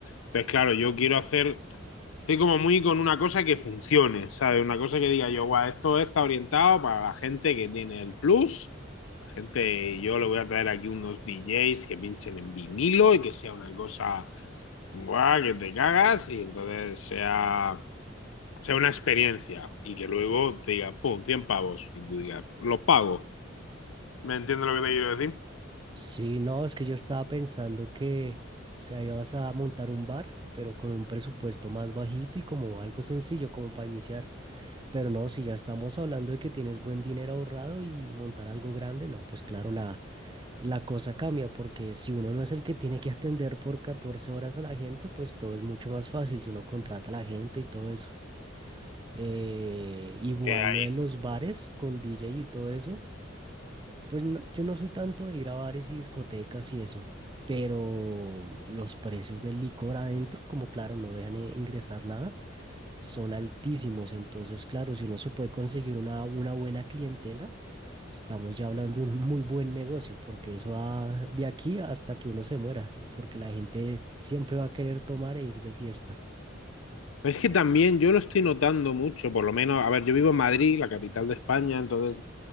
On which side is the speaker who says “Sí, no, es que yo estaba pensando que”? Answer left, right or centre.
Right